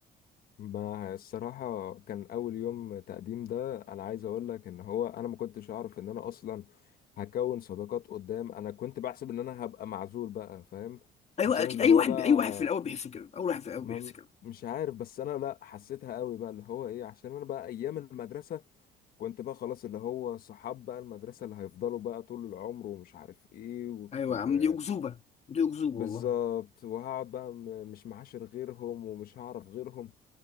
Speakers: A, on the left (about 60°); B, on the left (about 40°).
A: ما الصراحه كان اول يوم تقديم ده انا عايز اقول لك ان هو انا ما كنتش اعرف ان انا اصلا هكون صداقات قدام انا كنت بحسب ان انا هبقى معزول بقى فاهم
B: ايوه
A: عشان
B: اكيد
A: اللي
B: اي
A: هو
B: واحد
A: بقى
B: اي واحد في الاول بيحس كده اول واحد في الاول
A: ما
B: بيحس كده
A: مش عارف بس انا لا حسيتها قوي بقى اللي هو ايه عشان انا بقى ايام المدرسه كنت بقى خلاص اللي هو صحاب بقى المدرسه اللي هيفضلوا بقى طول العمر ومش عارف ايه
B: ايوه
A: و...
B: يا عم دي اكذوبه دي اكذوبه
A: بالظبط
B: والله
A: وهقعد بقى م- مش معاشر غيرهم ومش هعرف غيرهم